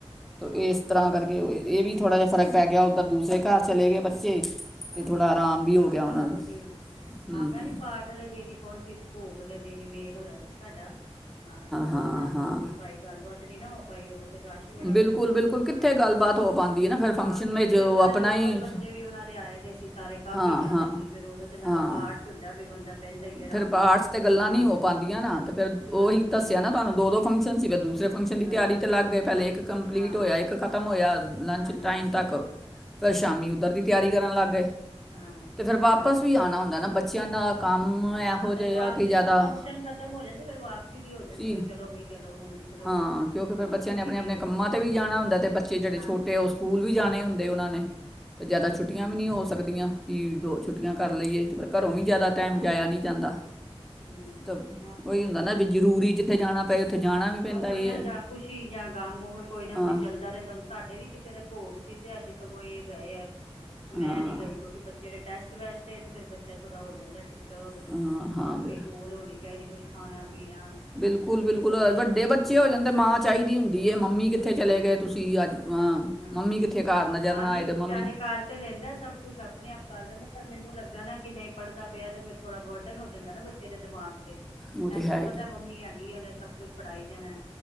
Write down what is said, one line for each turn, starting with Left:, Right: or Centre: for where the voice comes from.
Centre: ਤੋ
Left: ਹਾਂ
Centre: ਇਸ ਤਰ੍ਹਾਂ
Left: ਉਹ
Centre: ਕਰਕੇ
Left: ਤੇ ਹੈ
Centre: ਇਹ ਵੀ ਥੋੜ੍ਹਾ
Left: ਹਮ
Centre: ਜਿਹਾ ਫਰਕ ਪੈ ਗਿਆ ਉੱਧਰ ਦੂਸਰੇ ਘਰ ਚਲੇ ਗਏ ਬੱਚੇ ਅਤੇ
Left: ਹਾਂ,
Centre: ਥੋੜ੍ਹਾ ਆਰਾਮ ਵੀ ਹੋ
Left: ਹਾਂ
Centre: ਗਿਆ
Left: ਚਲੋ
Centre: ਉਹਨਾਂ ਨੂੰ
Left: ਵਧੀਆ ਹੋਗਿਆ।
Centre: ਹਮ
Left: ਹਾਂ ਮੈਂ ਵੀ ਪਾਠ ਆਲੇ ਦਿਨ ਹੀ ਪਹੁੰਚੀ ਭੋਗ ਲੈ ਦੇਣੀ ਮੇਲ ਹੋਇਆ ਸੀ ਤੁਹਾਡਾ ਹਾਂ ਪਰ ਉਹਨਾਂ
Centre: ਹਾਂ
Left: ਹੋ
Centre: ਹਾਂ
Left: ਨੀ ਭਾਈ ਗੱਲਬਾਤ ਨਹੀਂ ਨਾ ਹੋ ਪਾਈ ਉਦੋਂ ਰਸ਼ ਬੜਾ
Centre: ਬਿਲਕੁਲ
Left: ਸੀ
Centre: ਬਿਲਕੁਲ ਕਿੱਥੇ
Left: ਹਾਂ
Centre: ਗੱਲਬਾਤ
Left: ਹਾਂ
Centre: ਹੋ ਪਾਉਂਦੀ ਹੈ ਨਾ ਫਿਰ ਫੰਕਸ਼ਨ
Left: ਹਾਂ ਕਿਉਂਕਿ
Centre: ਵਿੱਚ
Left: ਫੇਰ
Centre: ਉਹ
Left: ਸਾਰੇ
Centre: ਆਪਣਾ
Left: ਲੋਕਲ
Centre: ਹੀ
Left: ਬੰਦੇ ਵੀ ਉਹਨਾਂ ਦੇ ਆਏ ਦੇ ਸੀ ਸਾਰੇ ਕਾਫੀ
Centre: ਹਾਂ
Left: ਜਾਨੇ
Centre: ਹਾਂ
Left: ਸੀ ਫੇਰ ਉਹਦੇ ਦੇ ਨਾਲੇ
Centre: ਹਾਂ
Left: ਪਾਠ ਚ ਹੁੰਦਾ ਵੀ ਬੰਦਾ ਬਹਿੰਦਾ ਹੀ ਆਰਾਮ
Centre: ਫਿਰ ਪਾਠ
Left: ਨਾਲ।
Centre: ਤੇ ਗੱਲਾਂ
Left: ਹਾਂਜੀ,
Centre: ਨਹੀਂ ਹੋ ਪਾਉਂਦੀਆਂ ਨਾ ਤੇ ਫਿਰ ਉਹੀ
Left: ਹਾਂਜੀ,
Centre: ਦੱਸਿਆ
Left: ਹਾਂਜੀ,
Centre: ਨਾ ਤੁਹਾਨੂੰ ਦੋ ਦੋ ਫੰਕਸ਼ਨ ਸੀ ਫਿਰ ਦੂਸਰੇ ਫੰਕਸ਼ਨ ਦੀ
Left: ਹਾਂਜੀ,
Centre: ਤਿਆਰੀ ਚ ਲੱਗ ਗਏ ਪਹਿਲੇ ਇੱਕ ਕੰਪਲੀਟ
Left: ਹਾਂ।
Centre: ਹੋਇਆ ਇੱਕ ਖ਼ਤਮ ਹੋਇਆ ਲੰਚ
Left: ਹਾਂਜੀ,
Centre: ਟਾਈਮ ਤੱਕ, ਫਿਰ ਸ਼ਾਮੀ ਉੱਧਰ ਦੀ
Left: ਹਾਂ,
Centre: ਤਿਆਰੀ ਕਰਨ ਲੱਗ ਗਏ
Left: ਹਾਂ,
Centre: ਤੇ ਫਿਰ ਵਾਪਸ
Left: ਹਾਂਜੀ।
Centre: ਵੀ ਆਉਣਾ ਹੁੰਦਾ ਹੈ ਨਾ ਬੱਚਿਆਂ ਨਾਲ ਕੰਮ ਇਹੋ
Left: ਹਾਂ ਨਹੀਂ
Centre: ਜਿਹਾ
Left: ਵਾਪਸੀ
Centre: ਕਿ ਜ਼ਿਆਦਾ
Left: ਬਸ ਫੰਕਸ਼ਨ ਖ਼ਤਮ ਹੋ ਜਾਂਦੀ ਫੇਰ ਵਾਪਸੀ ਦੀ ਹੋ ਜਾਂਦੀ
Centre: ਸੀ
Left: ਬਈ ਚਲੋ ਬਈ ਚਲੋ ਹੁਣ ਨਿਕਲੋ
Centre: ਹਾਂ ਕਿਉਂਕਿ
Left: ਹਾਂ
Centre: ਫਿਰ ਬੱਚਿਆਂ
Left: ਇਹੀ
Centre: ਨੇ ਆਪਣੇ ਆਪਣੇ
Left: ਹੋ
Centre: ਕੰਮਾਂ
Left: ਜਾਂਦਾ
Centre: 'ਤੇ ਵੀ ਜਾਣਾ ਹੁੰਦਾ ਅਤੇ ਬੱਚੇ ਜਿਹੜੇ
Left: ਹਾਂਜੀ
Centre: ਛੋਟੇ ਉਹ ਸਕੂਲ ਵੀ ਜਾਣੇ ਹੁੰਦੇ ਉਹਨਾਂ ਨੇ ਅਤੇ ਜ਼ਿਆਦਾ
Left: ਹਾਂਜੀ
Centre: ਛੁੱਟੀਆਂ
Left: ਹਾਂਜੀ
Centre: ਵੀ ਨਹੀਂ ਹੋ ਸਕਦੀਆਂ <unintelligible> ਦੋ
Left: ਹਾਂ
Centre: ਛੁੱਟੀਆਂ ਕਰ ਲਈਏ ਘਰੋਂ ਵੀ ਜ਼ਿਆਦਾ ਟਾਈਮ
Left: ਹਾਂਜੀ
Centre: ਜਾਇਆ ਨਹੀਂ
Left: ਹਮ
Centre: ਜਾਂਦਾ ਤਾਂ
Left: ਹਾਂ ਫਿਰ
Centre: ਉਹੀ
Left: ਉਹ
Centre: ਹੁੰਦਾ
Left: ਤੇ
Centre: ਨਾ
Left: ਹੈ
Centre: ਵੀ ਜ਼ਰੂਰੀ ਜਿੱਥੇ ਜਾਣਾ ਪਏ ਉੱਥੇ ਜਾਣਾ ਵੀ
Left: ਹੋ
Centre: ਇਹ
Left: ਨਾ
Centre: ਹੈ।
Left: ਜਾਂ ਖੁਸ਼ੀ ਜਾਂ ਗਮ ਉਹ ਕੋਈ ਨਾ
Centre: ਹਾਂ
Left: ਕੋਈ ਚੱਲਦਾ ਰਹਿੰਦਾ ਸਾਡੇ ਵੀ ਕਿਸੇ ਦੇ ਭੋਗ ਸੀ ਤੇ ਅੱਜ ਸਗੋਂ ਇਹ ਗਏ ਆ
Centre: ਹਾਂ
Left: ਮੈਂ ਨੀ ਗਈ ਕਿਉਂਕਿ ਬੱਚੇ ਟੈਸਟ ਵੈਸਟ ਤੇ ਫਿਰ ਬੱਚਾ ਥੋੜ੍ਹਾ ਜਾਂਦਾ ਡੀਸ ਟਰਬ
Centre: ਹਾਂ
Left: ਤੇ
Centre: ਹਾਂ
Left: ਮੰਮੀ ਕੋਲ ਹੋਣੀ ਕਿਹ ਰਹੇ ਕੁੱਛ ਖਾਣਾ ਪੀਣਾ
Centre: ਬਿਲਕੁਲ ਬਿਲਕੁਲ
Left: ਇਹ ਗਏ ਦੇ
Centre: ਵੱਡੇ ਬੱਚੇ
Left: ਹਾਂ
Centre: ਹੋ ਜਾਂਦੇ ਮਾਂ ਚਾਹੀਦੀ ਹੁੰਦੀ ਮੰਮੀ ਕਿੱਥੇ ਚਲੇ
Left: ਹਾਂ
Centre: ਗਏ ਤੁਸੀਂ ਅੱਜ ਅਹ
Left: ਹਾਂ
Centre: ਮੰਮੀ ਕਿੱਥੇ ਘਰ ਨਜ਼ਰ ਨਾ
Left: ਆਨੇ
Centre: ਆਏ ਤੇ ਮੰਮੀ
Left: ਚਾਹੇ ਕਰ ਤੇ ਲੈਂਦਾ ਸਭ ਕੁਛ ਆਪਣੇ ਆਪ ਕਰ ਲੈਂਦਾ ਪਰ ਮੈਨੂੰ ਲੱਗਾ ਨਾ ਕਿ ਨਹੀਂ ਪੜ੍ਹਦਾ ਪਿਆ ਤੇ ਫਿਰ ਥੋੜਾ ਬਰਡਨ ਹੋ ਜਾਂਦਾ ਨਾ ਬੱਚੇ ਦੇ ਦਿਮਾਗ
Centre: ਉਹ
Left: ਹਾਂਜੀ
Centre: ਹੈ
Left: ਤੇ ਪਤਾ
Centre: ਹੀ
Left: ਮੰਮੀ ਹੈਗੀ ਆ ਉਹਨੇ ਸਭ ਕੁਛ ਫੜਾਈ ਜਾਣਾ